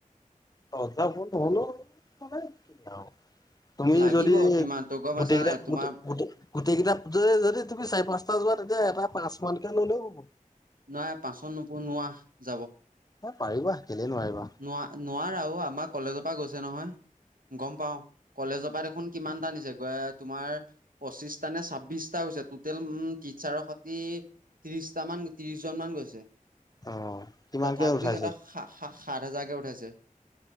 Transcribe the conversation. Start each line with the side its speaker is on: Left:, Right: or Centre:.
Left: দহ হাজাৰ ওপৰত নহ'লেও হ'ব, মানে কি আও তুমি
Right: লাগিব
Left: যদি
Right: সিমানতো গম পাইছা
Left: গোটেই কেইটা
Right: নাই তোমাৰ
Left: গোটে, গোটে গোটেইকেইটা, গোটেই যদি তুমি চাৰি পাঁচটা যোৱা তেতিয়া এটা পাঁচ মানকে হ'লেও হ'ব।
Right: নাই পাঁচত নোপো নোৱাৰা, যাব।
Left: এ পাৰিবা, কেলেই নোৱাৰিবা!
Right: নোৱা, নোৱাৰা অ', আমাৰ কলেজৰপা গৈছে নহয়, গম পাওঁ। কলেজৰপা দেখোন কিমান টা নিছে, <unintelligible> তোমাৰ পঁচিশটা নে ছাব্বিশটা হৈছে, টোটেল উম টিচাৰৰ সতি ত্ৰিশটা মান, ত্ৰিশ জন মান গৈছে।
Left: অ কিমানকে
Right: তথাপিতো
Left: উঠাইছে
Right: সিহঁতৰ সা সা, সাত হাজাৰকে উঠাইছে।